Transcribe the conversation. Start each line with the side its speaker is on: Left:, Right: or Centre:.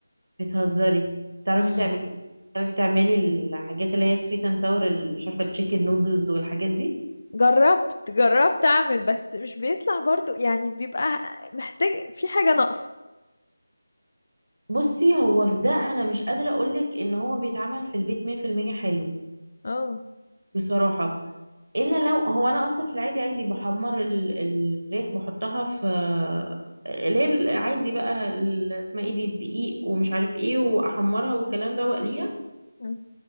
Right: بتهزري بتعرفي
Left: امم
Right: تعملي بتعرفي تعملي الحاجات اللي هي سويت اند ساور مش عارفة تشيكن نودلز والحاجات دي
Left: جربت جربت اعمل بس مش بيطلع برضو يعني بيبقى محتاج في حاجة ناقصة
Right: بصي هو في ده انا مش قادره اقولك ان هو بيتعمل في البيت 100% حلو
Left: اه
Right: بصراحه الا لو هو انا اصلا في العادي عادي بحمر ال- الفراخ بحطها في اللي هي العادي بقى ال- اسمها ايه دي الدقيق ومش عارف ايه واحمرها والكلام ده واقليها
Left: مم.